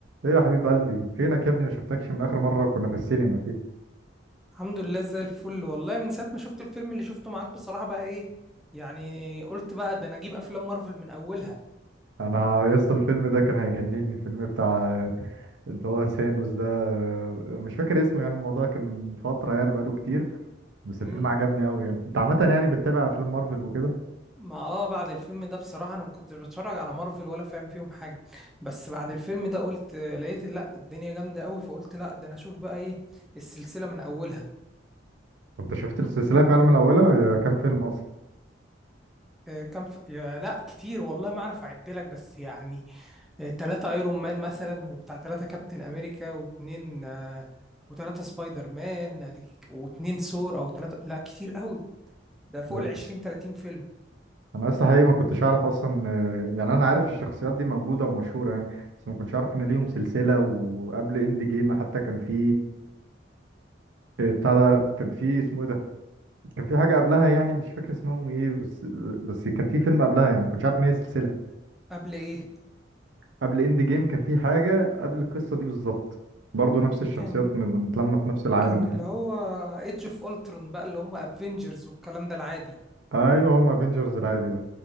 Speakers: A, on the right (about 75°); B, in the centre.
A: ايه يا حبيب قلبي فينك يا ابني ما شفتكش من اخر مره كنا في السينما فيه
B: الحمد لله زي الفل والله من ساعة ما شفت الفيلم اللي شفته معاك بصراحة بقى ايه يعني قلت بقى ده انا اجيب افلام مارفل من اولها
A: انا يا اسطى الفيلم ده كان هيجنني الفيلم بتاع اللي هو ثانوس ده مش فاكر اسمه يعني الموضوع كان من فتره يعني بقاله كتير بس
B: امم
A: الفيلم عجبني قوي يعني انت عامه يعني بتتابع افلام مارفل وكده
B: ما اه بعد الفيلم ده بصراحة انا ما كنتش بتفرج على مارفل ولا فاهم فيهم حاجة بس بعد الفيلم ده قلت آه، لقيت لا الدنيا جامدة قوي فقلت لا ده انا اشوف بقى ايه السلسلة من اولها
A: انت شفت السلسله فعلا من اولها هي كام فيلم اصلا
B: آه، كان في... يا لا كتير والله ما اعرف اعدلك بس يعني آه، تلاتة ايرون مان مثلا وبتاع تلاتة كابتن امريكا واتنين آه، وتلاتة سبايدر مان أديك- واتنين ثور او تلاتة لا كتير قوي ده فوق
A: ب-
B: ال 20 30 فيلم
A: انا لسه حقيقي ما كنتش اعرف اصلا آه، يعني انا عارف الشخصيات دي موجوده ومشهوره يعني بس ما كنتش اعرف ان ليهم سلسله وقبل اند جيم حتى كان في آه، آه، بتاع ده كان في اسمه ايه ده كان في حاجة قبلها يعني مش فاكر اسمهم ايه بس بس كان في فيلم قبلها يعني ما كنتش عارف ان هي سلسلة
B: قبل ايه
A: قبل اند جيم كان في حاجة قبل القصة دي بالظبط برضه نفس الشخصيات
B: كان
A: م- متلمة في نفس العالم
B: كان
A: وكده
B: اللي هو ايدج اوف اولترون بقى اللي هم افنجرز والكلام ده العادي
A: ايوه هم افنجرز العادي ده